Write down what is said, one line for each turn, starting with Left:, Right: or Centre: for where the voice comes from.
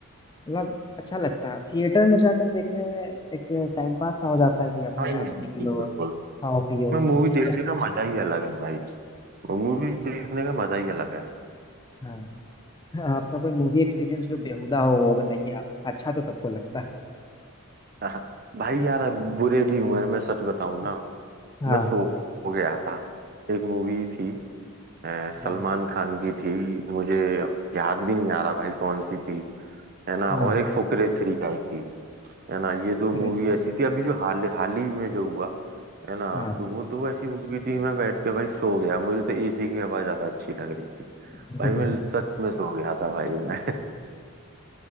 Left: मतलब अच्छा लगता है थिएटर में जाकर देखने में एक टाइम पास सा हो जाता है कि अपने
Right: हाँ बिल्कुल
Left: यहाँ से निकलो
Right: बिल्कुल।
Left: खाओ पियो
Right: मैं
Left: क्या
Right: मूवी देखने का मजा ही अलग है भाई मूवी देखने का मजा ही अलग है
Left: हाँ आपका कोई मूवी एक्सपीरियंस जो बेहुदा हो वो बताइए आप अच्छा तो सबको लगता है
Right: हाँ, भाई यार अब बुरे भी हुए हैं मैं सच बताऊं ना
Left: हाँ
Right: मैं सो हो गया था एक मूवी थी अ, सलमान
Left: वाह
Right: खान की थी मुझे याद भी नहीं आ रहा भाई कौन सी थी है ना
Left: हम्म
Right: और एक फुकरे थ्री आई थी है ना ये दो
Left: तो
Right: मूवी
Left: रहती-
Right: ऐसी थी अभी जो हाल हाल ही में जो हुआ है ना
Left: हाँ
Right: कि वो दो ऐसी मूवी थी मैं बैठ के भाई सो गया मुझे तो एसी की हवा ज्यादा अच्छी लग रही थी
Left: <laughs>
Right: भाई मैं सच में सो गया था भाई मैं